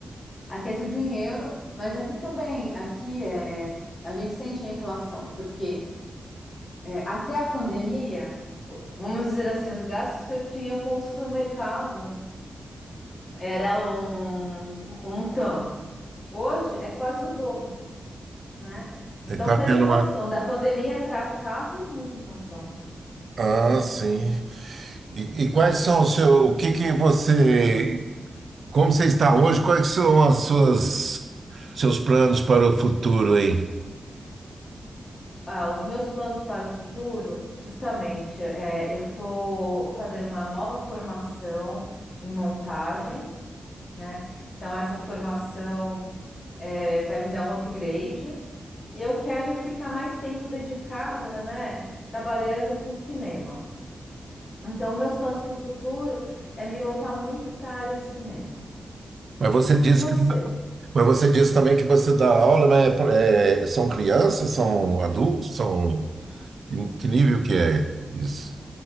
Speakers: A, on the left (about 30°); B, on the right (about 55°).
A: Aqui é tudo em euro, mas aqui também, aqui é, a gente sente a inflação, porque é, até a pandemia. Vamos dizer assim, os gastos que eu tinha com o supermercado era um, um tanto. Hoje é quase o dobro, né? Então
B: Está
A: teve
B: tá tendo
A: inflação.
B: uma...
A: Da pandemia para cá, teve muita inflação.
B: Ah, sim. E, e quais são os seus... O que que você... Como você está hoje? Quais são as suas seus planos para o futuro aí?
A: Ah, os meus planos para o futuro, justamente, é, eu estou fazendo uma nova formação em montagem, né? Então, essa formação. é, vai me dar um upgrade. E eu quero ficar mais tempo dedicada, né, trabalhando com cinema. Então, meus planos para o futuro é me voltar muito para a área de cinema.
B: Mas você disse
A: E você?
B: que, mas você disse também que você dá aula, mas é pro- é- são crianças, são adultos, são que nível que é isso?